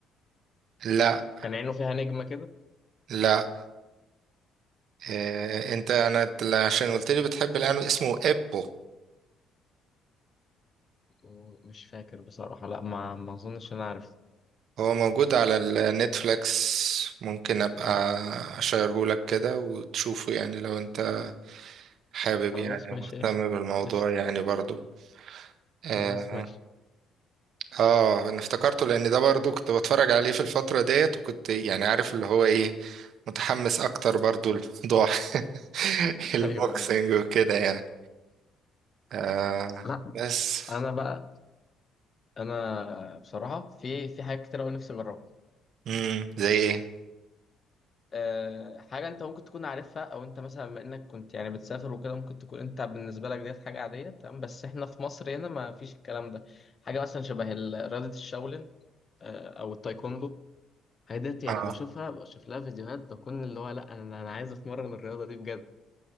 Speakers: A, on the right (about 55°); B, on the left (about 30°).
A: لا
B: كان عينه فيها نجمة كده
A: لا آه انت انا ت- عشان قلت لي بتحب الانمي اسمه ايبو
B: آه، مش فاكر بصراحة لا ما ما اظنش انا عارف
A: هو موجود على النتفليكس ممكن ابقى
B: مم.
A: اشيره لك كده وتشوفه يعني لو انت حابب
B: خلاص
A: يعني ومهتم
B: ماشي قشطة
A: بالموضوع
B: قشطة
A: يعني برضو اه
B: خلاص ماشي
A: آه، انا افتكرته لان ده برضو كنت بتفرج عليه في الفترة ديت وكنت يعني عارف اللي هو ايه متحمس اكتر برضو لموضوع <laughs> البوكسنج
B: ايوه أيوة.
A: وكده يعني آه
B: لا
A: بس
B: انا بقى انا بصراحه في في حاجات كتير قوي نفسي اجربها
A: امم زي ايه
B: أه حاجه انت ممكن تكون عارفها او انت مثلا بما انك كنت يعني بتسافر وكده ممكن تكون انت بالنسبه لك ديت حاجه عاديه تمام بس احنا في مصر هنا ما فيش الكلام ده حاجه مثلا شبه ال- رياضه الشاولين أه او التايكوندو الحاجات ديت يعني
A: اه
B: بشوفها بشوف لها فيديوهات بكون اللي هو لا انا انا عايز اتمرن الرياضه دي بجد